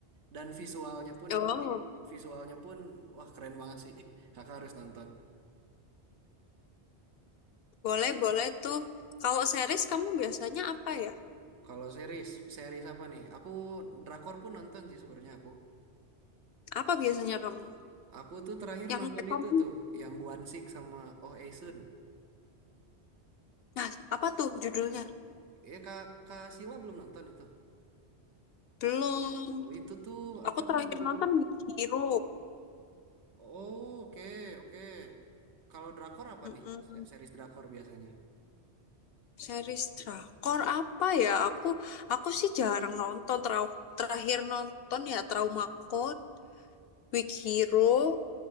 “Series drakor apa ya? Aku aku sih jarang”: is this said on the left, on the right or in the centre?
Left